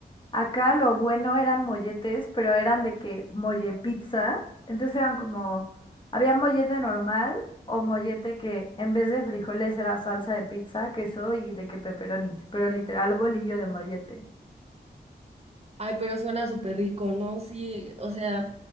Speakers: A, on the left; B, on the right.
A: acá lo bueno eran molletes, pero eran de que molle pizza. Entonces eran como, había mollete normal o mollete que en vez de frijoles era salsa de pizza, queso y de que peperonis, pero literal bolillo de mollete.
B: Ay, pero suena súper rico, ¿no? Sí, o sea,